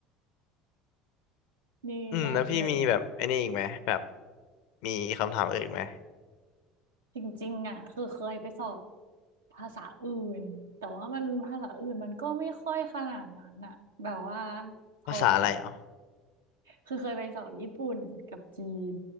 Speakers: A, on the right (about 90°); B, on the left (about 65°).
A: นี่น่าจะ
B: อืมแล้วพี่มีแบบไอ้นี่อีกไหมแบบมีคำถามอื่นอีกไหม
A: จริงๆอ่ะคือเคยไปสอบภาษาอื่นแต่ว่ามันภาษาอื่นมันก็ไม่ค่อยขนาดนั้นอ่ะแบบว่าเพราะว่า
B: ภาษาอะไรอ๋อ
A: คือเคยไปสอบญี่ปุ่นกับจีน